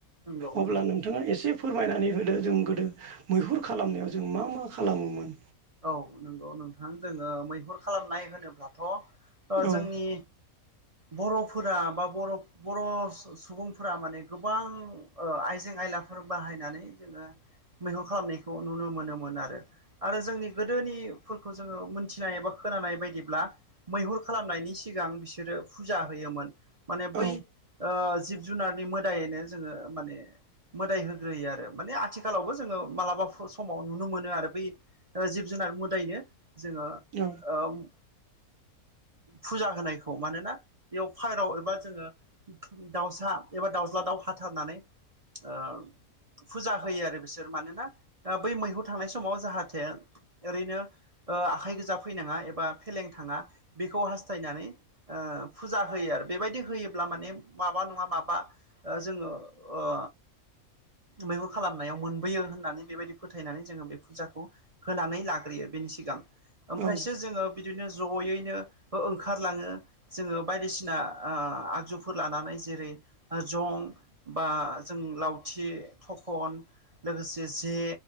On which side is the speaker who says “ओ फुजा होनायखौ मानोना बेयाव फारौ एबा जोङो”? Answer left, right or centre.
Right